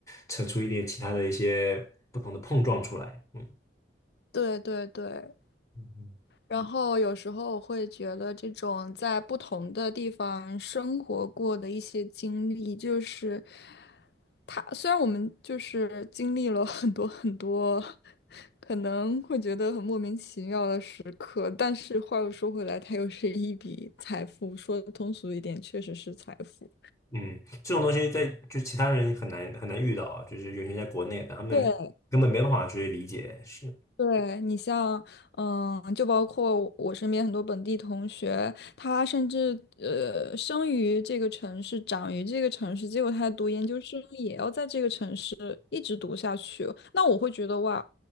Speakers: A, on the left (about 15°); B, on the left (about 60°).
A: 扯出一点其他的一些不同的碰撞出来，嗯。
B: 对对对，
A: 嗯
B: 然后有时候我会觉得这种在不同的地方生活过的一些经历，就是。他虽然我们就是经历了很多很多，可能会觉得很莫名其妙的时刻，但是话又说回来，它又是一笔财富，说通俗一点，确实是财富。
A: 嗯，这种东西在就其他人很难很难遇到啊，就是尤其在国内的，他们根本没办法去理解。
B: 对，
A: 是，
B: 对你像，嗯，就包括我我身边很多本地同学，他甚至呃生于这个城市，长于这个城市，结果他读研究生也要在这个城市一直读下去哦。那我会觉得哇，